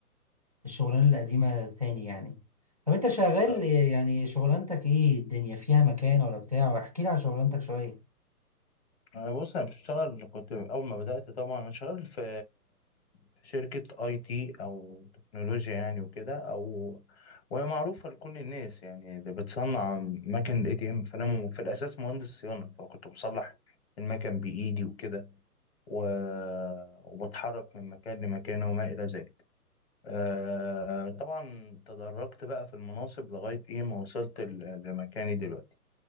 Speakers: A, on the right; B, on the left.
A: الشغلانة القديمة تاني يعني طب أنت شغال
B: طيب
A: إيه- يعني شغلانتك إيه الدنيا فيها مكان ولا بتاع واحكي لي عن شغلانتك شوية
B: أنا بص انا بشتغل كنت اول ما بدات طبعا انا شغال في في شركه اي تي او تكنولوجيا يعني وكده او وهي معروفه لكل الناس يعني اللي بتصنع مكن الاي تي ام فانا م- في الاساس مهندس صيانه فكنت بصلح المكن بايدي وكده و... وبتحرك من مكان لمكان وما الى ذلك آه طبعا تدرجت بقى في المناصب لغايه ايه ما وصلت ل- لمكاني دلوقتي